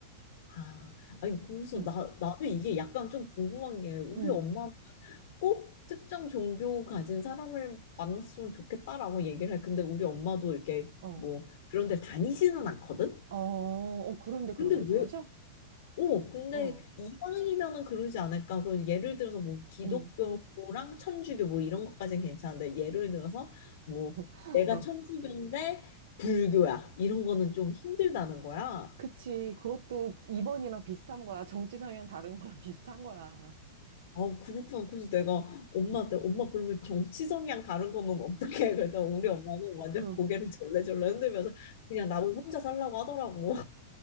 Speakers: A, on the left; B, on the right.
A: 아, 아니, 그래서
B: 응,
A: 나, 나도 이게 약간 좀 궁금한 게 우리
B: 응,
A: 엄마 꼭 특정 종교 가진 사람을 만났으면 좋겠다라고 얘기를 해. 근데 우리 엄마도 이렇게
B: 어.
A: 뭐 그런 데 다니지는 않거든?
B: 어, 어, 그런데 그런
A: 근데
B: 말씀하셔?
A: 왜, 오, 근데
B: 어,
A: 이방이면은 그러지 않을까? 그 예를 들어서 뭐 기독교랑
B: 응.
A: 천주교 뭐 이런 것까지는 괜찮은데 예를 들어서 뭐
B: <laughs>
A: 내가 천주교인데 불교야 이런 거는 좀 힘들다는 거야.
B: 그치. 그것도 2번이랑 비슷한 거야. 정치 성향 다른 거랑 <laughs> 비슷한 거야.
A: 아, 그렇구나. 그래서 내가 엄마한테 엄마 그러면 정치 성향 다른 거는 어떻게 해? 그랬더니 <laughs> 우리 엄마는 완전
B: 응.
A: 고개를 절레절레 흔들면서 그냥 나보고 혼자 살라고 하더라고.